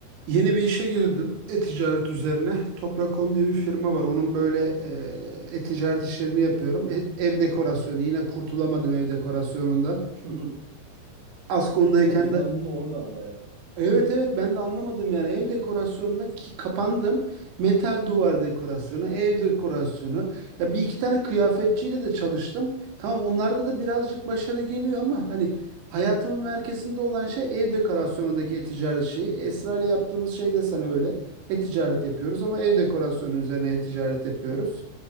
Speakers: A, on the right; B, on the right.
A: Yeni bir işe girdim. E-ticaret üzerine. Toprak.com diye bir firma var. Onun böyle e, e-ticaret işlerini yapıyorum. E- ev dekorasyonu. Yine kurtulamadım ev dekorasyonundan.
B: <laughs> Hı hı.
A: Askon'dayken
B: Senin uzmanlığın
A: de
B: da orada ama ya.
A: Evet evet ben de anlamadım yani ev dekorasyonuna ki kapandım. Metal duvar dekorasyonu, ev dekorasyonu. Ya bir iki tane kıyafetçiyle de çalıştım. Tamam onlarda da birazcık başarı geliyor ama hani hayatımın merkezinde olan şey ev dekorasyonundaki e-ticaret şeyi. Esra ile yaptığımız
B: Hı hı.
A: şey de sana öyle. E-ticaret yapıyoruz ama ev dekorasyonu üzerine e-ticaret yapıyoruz.